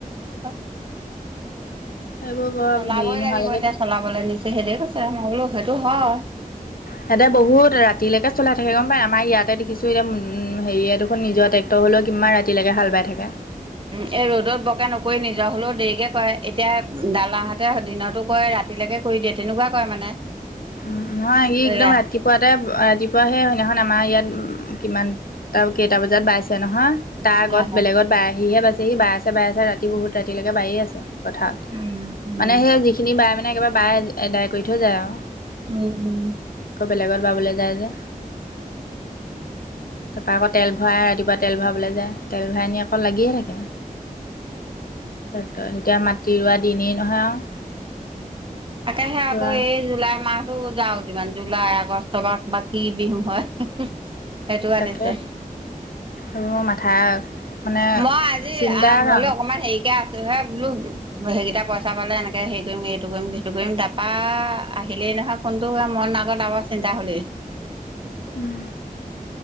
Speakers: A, on the right; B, on the left.
A: কথা
B: এইবোৰ বৰ
A: চলাবই
B: হেৰি নোহোৱালৈকে
A: লাগিব এতিয়া চলাবলৈ নিছে সেইদে কৈছে মই বোলো সেইটো হয় <inaudible>
B: ইয়াতে বহুত ৰাতিলৈকে চলাই থাকে গম পায় আমাৰ ইয়াতে দেখছো এতিয়া হেৰিয়ে দেখোন নিজৰ ট্ৰেক্টৰ হ'লেও কিমান ৰাতিলৈকে হাল বাই থাকে।
A: উম এই ৰ'দত বকে নকৰি নিজৰ হ'লেও দেৰিকে কৰে এতিয়া দাদাহঁতে দিনতো কৰে ৰাতিও ৰাতিলৈকে কৰি দিয়ে তেনেকুৱা কৰে মানে।
B: উ নহয় ইি
A: সেয়া
B: একদম ৰাতিপুৱাতেই ৰাতিপুৱা সেইদিনাখন আমাৰ ইয়াত কিমানটা কেইটা বজাত বাইছে নহয়। তাৰ আগত
A: হয় হয়
B: বেলেগত বাই আহিহে বাইচেহি, বাই আছে বাই আছে ৰাতি বহুত ৰাতিলৈকে বায়ে আছে। পথাৰত,
A: উম উম
B: মানে সেই যিখিনি বাই মানে একেবাৰে বায় আদায় কৰি থৈ যায় আৰু।
A: উম উম।
B: আকৌ বেলেগত বাবলৈ যায় যে।
A: অম <unintelligible>
B: তাৰপা আকৌ তেল ভৰাই ৰাতিপুৱা তেল ভৰাবলৈ যায় তেল ভৰাই আনি আকৌ লাগিয়ে থাকে। এতিয়া মাটি ৰোৱা দিনেই নহয় আৰু।
A: তাকেহে আকৌ
B: ৰোৱা
A: এই জুলাই মাহ আৰু যাওঁ যিমান জুলাই আগষ্টত বা কি বিহু হয়। সেইটো পাতিছে
B: তাকে, আৰু মাথা মানে
A: মই আজি
B: চিন্তাৰ
A: আ মই
B: কাৰণ
A: বুলো অকনমান হেৰিকে আছ ছোহে বোলো সেইকেইটা পইচা পালে এনেকে হেৰি কৰিম, এইটো কৰিম সেইটো কৰিম তাৰাপৰা আহিলেই নহয় ফোনটো, মন আগত-আগত চিন্তা হ'লেই।
B: উম।